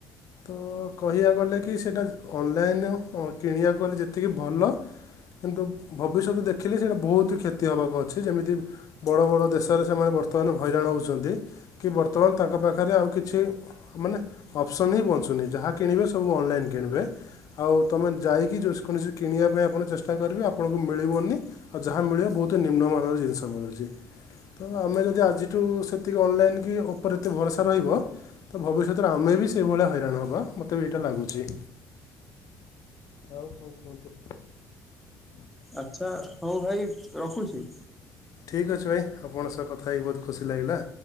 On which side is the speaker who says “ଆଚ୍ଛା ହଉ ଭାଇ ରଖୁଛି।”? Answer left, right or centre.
Centre